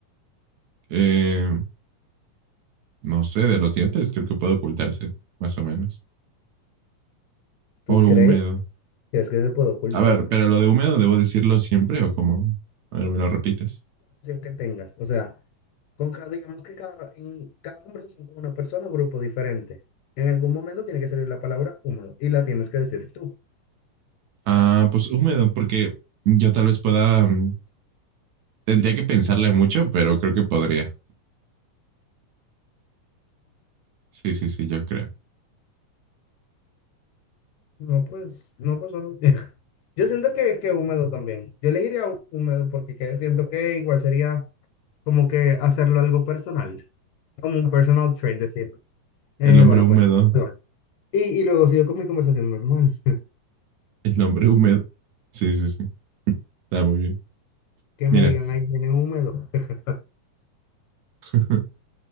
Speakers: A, on the right; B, on the left.
A: eh, no sé, de los dientes creo que puede ocultarse, más o menos.
B: ¿Tú
A: Oro
B: crees?
A: húmedo.
B: ¿Crees que se puede ocultar
A: A ver,
B: la
A: pero lo de húmedo, ¿debo decirlo siempre o cómo? A ver, me lo repites.
B: conversación que tengas? O sea, con cada, digamos que cada, en cada conversación con una persona o grupo diferente, en algún momento tiene que salir la palabra húmedo y la tienes que decir tú.
A: Ah, pues húmedo, porque yo tal vez pueda, mm, tendría que pensarle mucho, pero creo que podría. Sí, sí, sí, yo creo.
B: No, pues, no, pues, bueno. <laughs> Yo siento que, que húmedo también. Yo elegiría hú- húmedo porque que- siento que igual sería como que hacerlo algo personal, como un personal trait, decir. Eh,
A: El hombre
B: bueno,
A: húmedo,
B: pues. yo. Y, y luego sigo con mi conversación normal. <laughs>
A: el hombre húmedo. Sí, sí, sí, está muy bien.
B: Que me
A: Mira,
B: digan, ahí viene húmedo. <laughs>
A: <laughs>